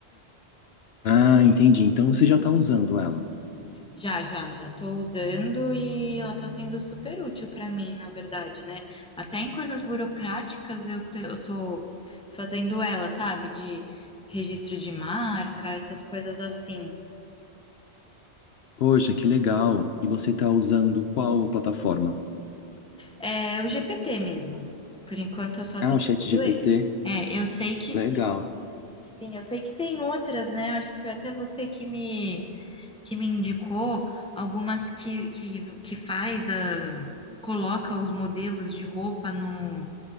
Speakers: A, on the left; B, in the centre.
A: Ah, entendi. Então você já está usando ela.
B: Já, já, já tô usando e ela tá sendo super útil para mim, na verdade, né? Até em coisas burocráticas eu, te- eu tô fazendo ela, sabe? De registro de marca, essas coisas assim.
A: Poxa, que legal. E você está usando qual plataforma?
B: É o GPT mesmo. Por enquanto eu só
A: Ah,
B: tenho
A: o ChatGPT.
B: ele. É, eu sei que,
A: Legal.
B: sim, eu sei que tem outras, né? Eu acho que foi até você que me, que me indicou algumas que, que, que faz a, coloca os modelos de roupa no